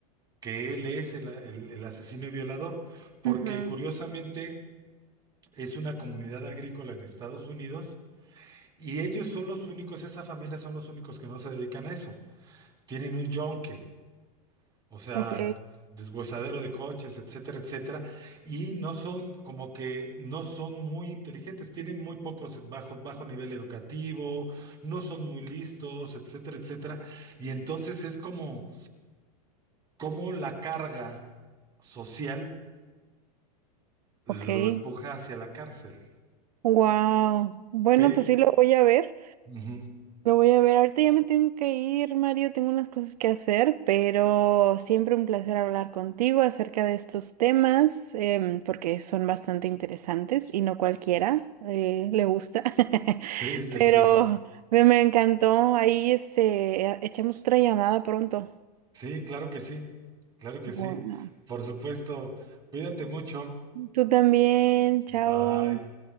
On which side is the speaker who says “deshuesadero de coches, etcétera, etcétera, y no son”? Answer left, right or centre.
Right